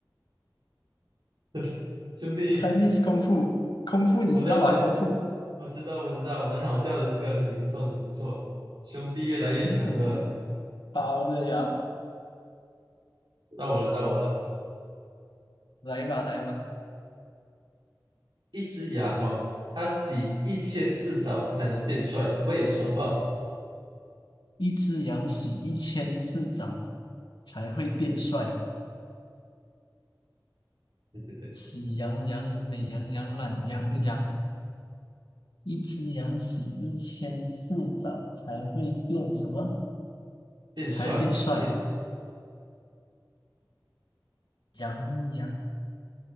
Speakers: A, on the right; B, on the left.
A: <laughs> 兄弟，
B: <laughs>，Chinese 空腹，空腹你知道吧？
A: 我了解，
B: 空腹，
A: 我知道，我知道，蛮好笑的这个，挺不错，挺不错。兄弟越来越强了，
B: 嗯哼，包了呀，
A: 到我了，到我了。
B: 来吧来吧，
A: 一只羊哦，它洗一千次澡才能变帅，为什么？
B: 一只羊洗一千次澡才会变帅，
A: 对对对，
B: 喜羊羊、美羊羊、懒羊羊，一只羊洗一千次澡才会变什么？
A: 变帅，
B: 才会变帅，
A: 变，
B: 羊羊